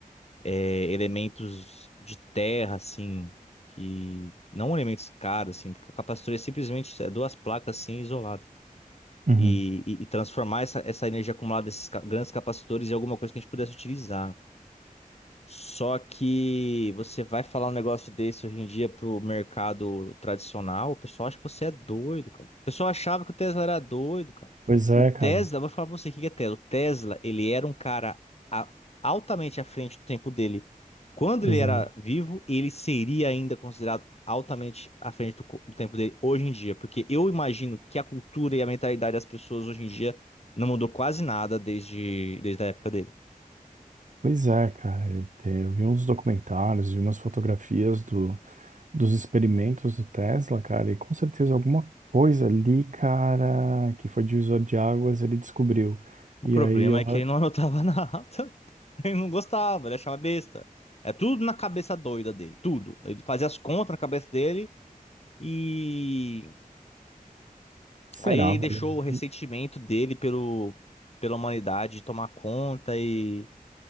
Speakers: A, on the left (about 45°); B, on the right (about 60°).
A: é, elementos de terra, assim, que não elementos caros, assim, porque o capacitor é simplesmente é, duas placas assim isoladas.
B: Uhum.
A: E, e- e transformar essa, essa energia acumulada desses ca- grandes capacitores em alguma coisa que a gente pudesse utilizar. Só que você vai falar um negócio desse hoje em dia pro mercado tradicional, o pessoal acha que você é doido, cara. O pessoal achava que o Tesla era doido, cara.
B: Pois é,
A: O Tesla,
B: cara.
A: vou falar pra você o que que é Tesla. O Tesla, ele era um cara a- altamente à frente do tempo dele. Quando ele
B: Exato.
A: era vivo, ele seria ainda considerado altamente à frente do, co- do tempo dele hoje em dia, porque eu imagino que a cultura e a mentalidade das pessoas hoje em dia não mudou quase nada desde, desde a época dele.
B: Pois é, cara. E te- Eu vi uns documentários vi umas fotografias do, dos experimentos do Tesla, cara, e com certeza alguma coisa ali, cara, que foi divisor de águas, ele descobriu.
A: O
B: E
A: problema
B: aí, eu...
A: é que ele não anotava <laughs> nada. Ele não gostava, ele achava besta. É tudo na cabeça doida dele, tudo. Ele fazia as contas na cabeça dele e
B: será,
A: aí ele
B: velho?
A: deixou o ressentimento dele pelo, pela humanidade tomar conta e